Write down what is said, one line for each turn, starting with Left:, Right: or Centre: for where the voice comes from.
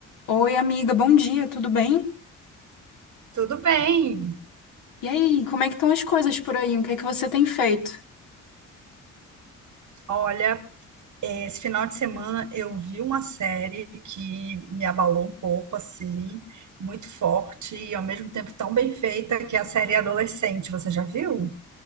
Left: Oi, amiga, bom dia, tudo bem?
Right: Tudo bem.
Left: E aí, como é que estão as coisas por aí? O que é que você tem feito?
Right: Olha, eh, esse final de semana eu vi uma série que me abalou um pouco, assim, muito forte e ao mesmo tempo tão bem feita, que é a série Adolescente. Você já viu?